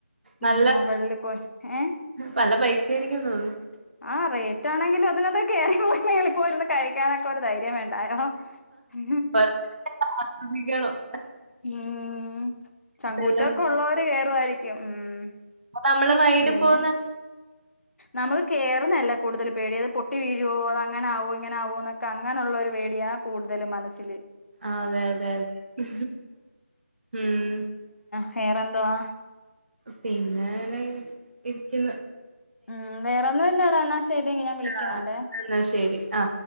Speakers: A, on the left (about 80°); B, on the right (about 50°).
A: ഉം
B: നല്ല
A: മുകളിൽ പോയി ഏ
B: പല പൈസായിരിക്കു തോന്ന്ന്ന്
A: ആ റേറ്റാണെങ്കിലും അതിനകത്ക്ക കേറി പോയി പ്പോ ഇരുന്ന് കഴിക്കാനൊക്കെ ഒരു ധൈര്യം വേണ്ടായോ ഉ
B: വേറെ ശ്രദ്ധിക്കണം
A: ഉം ചങ്കൂറ്റൊക്കെ
B: അതെല്ലാം
A: ഉള്ളവര് കേയ വാരിക്കും ഉം
B: നമ്മള് റൈഡിൽ
A: പിന്നെ
B: പോന്ന
A: നമുക്ക് കേറുന്നതല്ല കൂടുതൽ പേടിയ അത് പൊട്ടി വീഴുവോ അത അങ്ങനാകോ എങ്ങന ആാവോ എന്നൊക്കെ അങ്ങനെയുള്ള ഒരു പേടിയാണ് കൂടുതൽ മനസ്സിൽ
B: അതെ അതെതെ ഉം
A: വേറെന്തോവാ
B: പിന്നെനെ ഇരിക്കുന്ന
A: ഉം വേറൊ ന്നും ഇല്ലാടാന്ന ഏതെങ്കും ഞാൻ വിളിക്കുന്നുണ്ടേ
B: ആ എന്നാ ശരി ആ